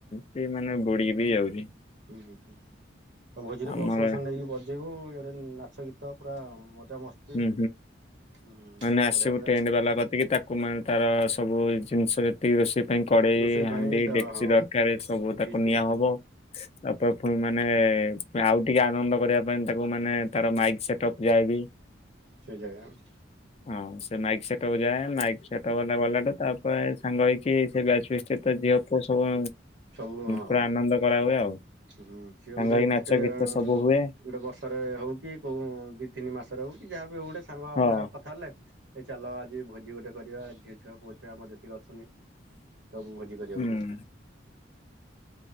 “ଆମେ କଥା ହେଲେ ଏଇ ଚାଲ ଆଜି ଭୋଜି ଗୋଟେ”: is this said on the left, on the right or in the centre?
Right